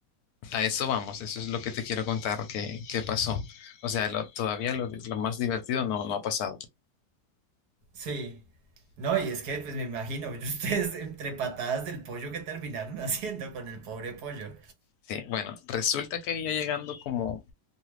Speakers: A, on the left; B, on the right.
A: A eso vamos, eso es lo que te quiero contar que, que pasó. O sea, lo- todavía lo, lo más divertido no, no ha pasado.
B: sí. No, y es que pues me imagino, <laughs> ustedes entre patadas del pollo que terminaron <laughs> haciendo con el pobre pollo.
A: Sí, bueno, resulta que ya llegando como,